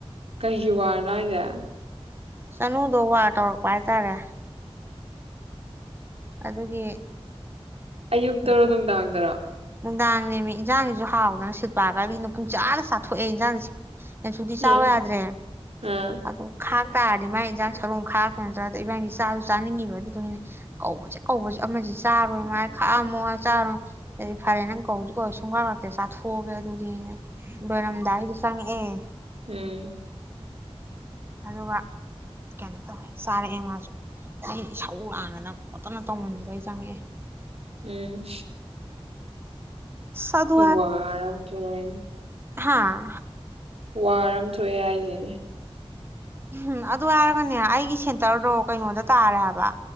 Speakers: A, on the right (about 75°); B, on the right (about 20°).
A: ꯀꯩꯒꯤ ꯋꯥꯔꯅꯣ ꯍꯥꯏꯔꯤꯁꯦ
B: ꯆꯅꯨꯗꯣ ꯋꯥꯔ ꯇꯧꯔꯛꯄ ꯍꯥꯏꯇꯔꯦ꯫ ꯑꯗꯨꯒꯤ
A: ꯑꯌꯨꯛꯇꯔꯣ
B: ꯂꯩꯇꯦ
A: ꯅꯨꯡꯗꯥꯡꯗꯔꯣ
B: ꯅꯨꯡꯗꯥꯡꯅꯦꯃꯤ ꯏꯟꯖꯥꯡꯁꯤꯁꯨ ꯍꯥꯎꯗꯅ ꯁꯤꯜꯄꯥꯒ ꯑꯩꯒꯅ ꯄꯨꯡ ꯆꯥꯗ ꯆꯥꯊꯣꯛꯑꯦ ꯏꯟꯖꯥꯡꯁꯤ꯫ ꯀꯩꯁꯨꯗꯤ
A: ꯎꯝ
B: ꯆꯧ ꯌꯥꯗꯔꯦ
A: ꯎꯝ
B: ꯑꯗꯨꯝ ꯈꯥꯡ ꯇꯥꯔꯗꯤ ꯃꯥꯏ ꯏꯟꯖꯥꯡ ꯁꯔꯨꯛ ꯑꯃꯨꯛ ꯈꯥꯛ ꯉꯝꯖꯗꯦ ꯏꯕꯥꯅꯤ ꯆꯥꯁꯨ ꯆꯥꯅꯤꯡꯉꯤꯕ ꯑꯗꯨꯗꯨꯒꯤꯅꯤ ꯀꯧꯕꯁꯦ ꯀꯧꯕꯁꯦ ꯑꯃꯁꯤ ꯆꯥꯔꯣꯏ ꯑꯃꯨꯛ ꯍꯥꯏ ꯈꯥꯛ ꯑꯝꯃꯣ ꯆꯥꯔꯣꯏ ꯑꯗꯨꯗꯤ ꯐꯔꯦ ꯅꯪ ꯀꯧꯁꯨ ꯀꯧꯂꯣꯏ ꯁꯨꯡꯂꯥꯛ ꯂꯥꯛꯇꯦ ꯆꯥꯊꯣꯛꯑꯒꯦ ꯑꯗꯨꯗꯤꯅ ꯂꯣꯏꯔꯝꯗꯥꯏꯗ ꯆꯪꯉꯛꯑꯦ꯫
A: ꯎꯝ
B: ꯑꯗꯨꯒ ꯀꯩꯅꯣ ꯇꯣꯑꯦ ꯆꯥꯔꯛꯑꯦ ꯃꯥꯁꯨ ꯑꯩ ꯏꯁꯧ ꯂꯥꯡꯗꯅ ꯈꯣꯠꯇꯅ ꯇꯧꯃꯟꯕꯗꯩ ꯆꯪꯉꯛꯑꯦ꯫
A: ꯎꯝ
B: ꯑꯁ ꯑꯗꯨ
A: ꯋꯥ ꯑꯔꯝ ꯆꯅꯤ
B: ꯍꯥꯥ
A: ꯋꯥꯔ ꯑꯃ ꯊꯣꯛꯑꯦ ꯍꯥꯏꯁꯤꯅꯦ <inaudible>
B: ꯎꯝ ꯑꯗꯨ ꯍꯥꯏꯔꯒꯅꯦ ꯑꯩꯒꯤ ꯁꯦꯟꯇꯔꯗꯣ ꯀꯩꯅꯣꯗ ꯇꯥꯔꯦ ꯍꯥꯏꯕ